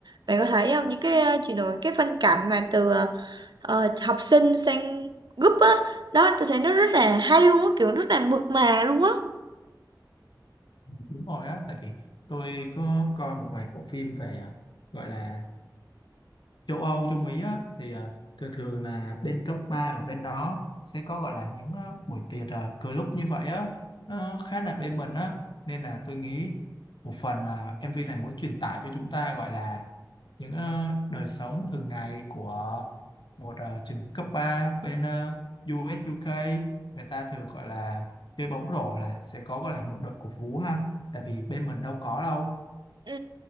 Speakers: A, on the right (about 70°); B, on the left (about 80°).
A: bạn có thấy không những cái ờ, chuyển đổi cái phân cảnh mà từ ờ, ờ, học sinh sang group á đó tôi thấy nó rất là hay luôn á kiểu rất là mượt mà luôn á
B: đúng rồi á tại vì tôi có coi một vài bộ phim về gọi là châu Âu châu Mỹ á, thì à, thường thường là bên cấp 3 ở bên đó sẽ có gọi là những à, buổi tiệc uh, cờ lúc như vậy á nó khá là bên mình á nên là tôi nghĩ một phần à, MV này muốn truyền tải cho chúng ta gọi là những à, đời sống thường ngày của một à, trường cấp 3 bên à, u uh, u UK người ta thường gọi là chơi bóng rổ là sẽ có gọi là một đội cổ vũ ha tại vì bên mình đâu có đâu
A: ừ.